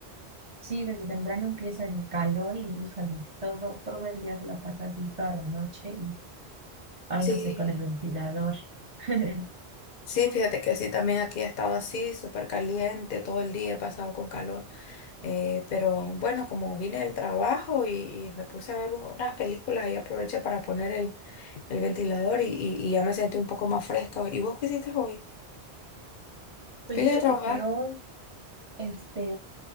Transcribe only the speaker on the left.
Sí,
sí, fíjate que sí, también aquí he estado así, súper caliente, todo el día he pasado con calor. Eh, pero bueno, como vine del trabajo y, y me puse a ver unas películas y aproveché para poner el, el ventilador y, y- y ya me sentí un poco más fresca. ¿Y vos qué hiciste hoy?
¿Fuiste
a trabajar?